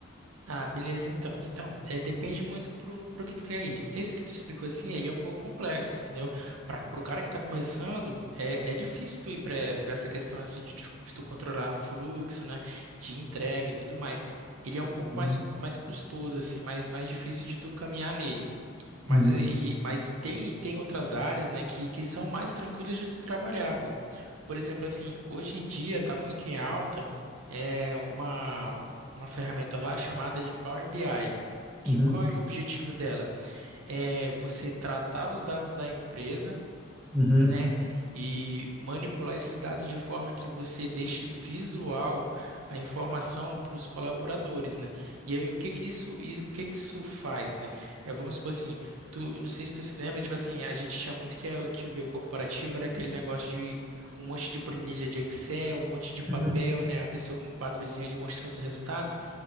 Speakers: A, on the right (about 85°); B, in the centre.
A: Ah, beleza, então. Então, é, depende muito pro, pro que tu quer ir. Esse que tu explicou assim, ele é um pouco complexo, entendeu? Para pro cara que tá começando, é, é difícil tu ir para essa questão assim de, tu- de tu controlar fluxo, né? De entrega e tudo mais. Ele é um pouco
B: Uhum,
A: mais, mais custoso, assim, mais, mais difícil de tu caminhar nele. Mas,
B: uhum,
A: aí- mas tem, tem outras áreas, né, que, que são mais tranquilas de tu trabalhar, pô. Por exemplo, assim, hoje em dia tá muito em alta é uma, uma ferramenta lá chamada de Power BI. Que
B: uhum,
A: qual é o objetivo dela? É você tratar os dados da empresa
B: uhum,
A: né? E manipular esses dados de forma que você deixe visual a informação para os colaboradores, né? E aí o que que isso, e o que que isso faz, né? É, vamos supor assim, tu, não sei se tu se lembra, tipo assim, a gente tinha muito que, a- que o meio corporativo era aquele negócio de um monte de planilha de Excel, um monte de papel,
B: uhum,
A: né? A pessoa com um quadrozinho ali mostrando os resultados.